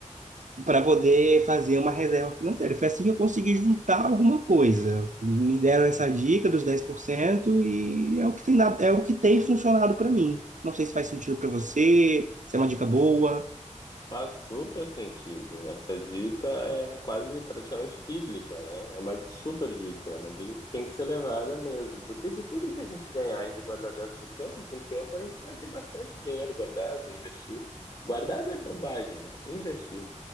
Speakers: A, on the right; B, on the left.
A: para poder fazer uma reserva financeira. Foi assim que eu consegui juntar alguma coisa. Me deram essa dica dos 10% e é o que tem dado, é o que tem funcionado para mim. Não sei se faz sentido para você, se é uma dica boa.
B: Faz super sentido. Essa dica é quase praticamente bíblica, né? É uma super dica, é uma dica que tem que ser levada mesmo. Porque se tudo que a gente ganhar, a gente guardar 10% com o tempo a gente vai ter bastante dinheiro guardado, investido. Guardado é bobagem, né? Investido.